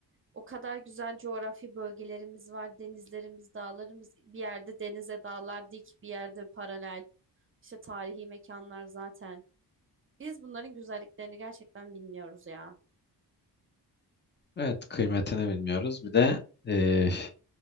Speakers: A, on the right; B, on the left.
A: O kadar güzel coğrafi bölgelerimiz var. Denizlerimiz, dağlarımız bir yerde denize dağlar dik, bir yerde paralel. işte tarihi mekanlar zaten. Biz bunların güzelliklerini gerçekten bilmiyoruz ya.
B: Evet kıymetini bilmiyoruz. Bir de e,